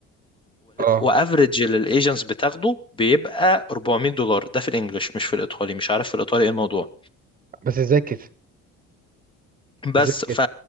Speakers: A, on the right; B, on the left.
A: اه
B: وافريج اللي الايجنتس بتاخده بيبقى 400 دولار ده في الانجليش مش في الايطالي مش عارف في الايطالي ايه الموضوع
A: بس ازاي كده
B: بس
A: ازاي
B: ف...
A: كده